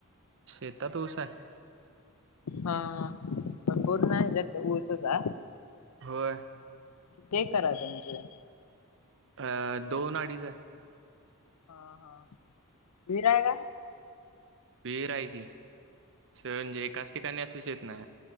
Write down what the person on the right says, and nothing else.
ेता तूस आहे
होय
अ दोन अडीच आहे
विहीर आहे की स म्हणजे काच ठिकाणी असूच येत ना